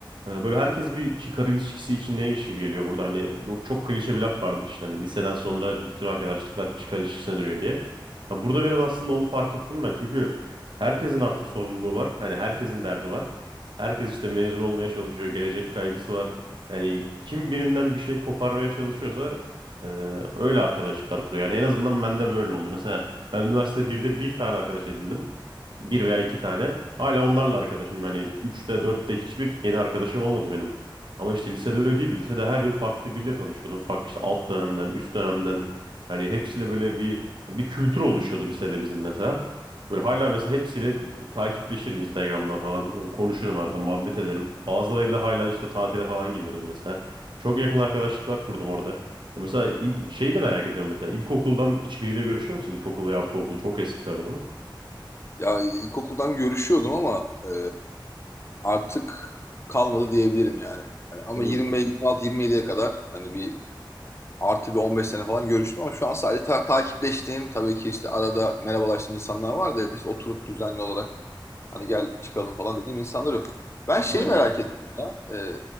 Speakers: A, on the right; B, on the left.
A: ee, Böyle herkes bir çıkar ilişkisi içindeymiş gibi geliyor burada. Hani çok, çok klişe bir laf vardır işte hani liseden sonra bütün arkadaşlıklar çıkar ilişkisine dönüyor diye. Ya burada biraz aslında onu fark ettim ben. Çünkü herkesin artık sorumluluğu var. Hani herkesin derdi var. Herkes işte mezun olmaya çalışıyor. Gelecek kaygısı var. Yani kim birinden bir şey koparmaya çalışıyorsa e, öyle arkadaşlıklar kuruyor. Yani en azından bende böyle oldu. Mesela ben üniversite 1'de bir tane arkadaş edindim. Bir veya iki tane. Hala onlarla arkadaşım. Yani üçte dörtte hiçbir yeni arkadaşım olmadı benim. Ama işte lisede öyle değildi. Lisede her yıl farklı biriyle tanışıyordum. Farklı işte alt dönemden, üst dönemden. yani hepsiyle böyle bir bir kültür oluşuyordu lisede bizim mesela. Böyle hala mesela hepsiyle takipleşirim Instagram'dan falan. Konuşurum arada, muhabbet ederim. Bazılarıyla hala işte tatile falan gidiyoruz mesela. Çok yakın arkadaşlıklar kurdum orada. Ya Mesela il- şeyi de merak ediyorum mesela. İlkokuldan hiçbiriyle görüşüyor musun? İlkokul ve ortaokul çok eski tabii ama.
B: ya ilkokuldan görüşüyordum ama e, artık kalmadı diyebilirim yani. Hani ama
A: Değil
B: 25,
A: mi?
B: 26, 27'ye kadar hani bir artı bir 15 sene falan görüştüm ama şu an sadece ta- takipleştiğim tabii ki işte arada merhabalaştığım insanlar var da işte oturup düzenli olarak hani gel çıkalım falan dediğim insanlar yok. Ben şeyi
A: Aynen.
B: Hmm. merak ettim ya. Ee,